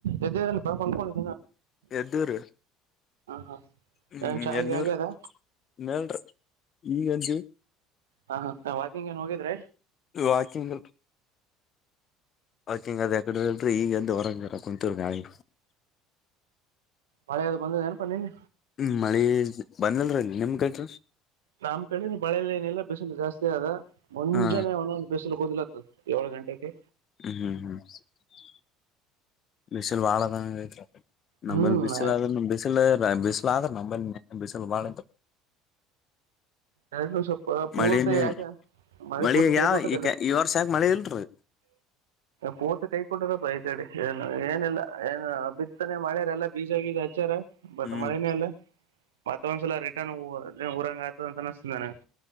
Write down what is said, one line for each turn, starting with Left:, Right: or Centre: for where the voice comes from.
Right: ಎದ್ದಿ ಏನ್ ಪಾ ಮಂನ್ಕೊಂಡಿ
Left: ಎದೂರ
Right: ಹಾಂ
Left: ಹ್ಮ್
Right: ಏನು ಚಾಯ್ಗೆ
Left: ಎನೂರ್
Right: ಆಗ್ಯದ
Left: ಇನ್ನಲ್ರಿ ಈ ಎಜ
Right: ಹಾ ಹ ವಾಕಿಂಗ್ ಏನ್ ಹೋಗಿದ್ರ
Left: ವಾಕಿಂಗ ಹೌತಿಂಗ ಅದ ಕಡಲ್ರಿ ಈಗಂದ ಹೊರಗಾರ ಕುಂತೂರ್ ನಾಳಿ
Right: ಮಳೆದು ಬಂದೆನಪಾ ನಿನ್
Left: ಹ್ಮ ಮಳಿ ಬಂದಲ್ರ ಇಲ್ಲಿ ನಿಮ್ ಕೈಟ
Right: ನಮ್ ಕಡೆ ಬಳೆಲ್ಲ ಏನಿಲ್ಲ ಬಿಸಲು ಜಾಸ್ತಿ ಆದದ ಮುಂಜಾನೆ
Left: ಹಾ
Right: ಒೊ ಬಿಸಲುಗ್ ಓದ್ಿಲ್ಲ ಏಳ ಗಂಟೆಕ್ಕೆ
Left: ಹ್ಮ್ ಹ್ಮ್ ಹ್ಮ್ ಇಿಸಲ್ ಬಾಳದ ಐತ್ ನಂಬಲ್ಲಿ
Right: ಹ್ಮ್
Left: ಬಿಸಿಲು ಆದ್ರೆ ಬಿಸಿಲು ಬಿಸಿಲು ಆದ್ರ ನೇಲೆ ಬಿಸಿಲು ಬಾಳ
Right: ಎರಡು ದಿವ ಸ್ವಪ ಪೂರ್ತಿ
Left: ಮಳಿನೇ
Right: ಯಾಕ ಮಾಡಿ
Left: ಮಳಿ
Right: ಪೂರ್ತಿ ಕೈ
Left: ಯಾವ
Right: ಕೊಟ್ಟದಲ್ಲ
Left: ಈಗ ಈ ವರ್ಷ ಯಾಕ ಮಳಿ ಇಲ್ರಿ
Right: ಪೂರ್ತಿ ಕೈ ಕೊಟ್ಟದಪ್ಪ ಕಡೆ ಏನು ಏನಲ್ಲ ಏನು ಬಿತ್ತನೆ ಮಳೆಯ ಎಲ್ಲ ಬೀಜ ಆಗಿದ ಹಚ್ಚಾರ ಬತ್
Left: ಹ್ಮ್
Right: ಮಳನೇ ಅಲ್ಲ ಮತ್ತೊ ಒಂದ್ಸಲ ರಿಟರ್ನ್ ಊರಂಗ ಆತದ ಅಂತ ಾನ